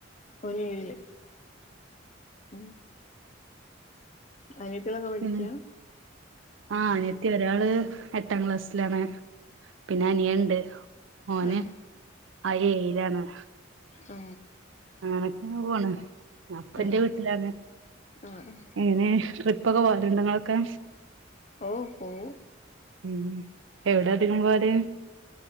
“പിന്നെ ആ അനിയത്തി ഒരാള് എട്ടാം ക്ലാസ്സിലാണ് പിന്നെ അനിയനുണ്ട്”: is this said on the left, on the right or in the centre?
Right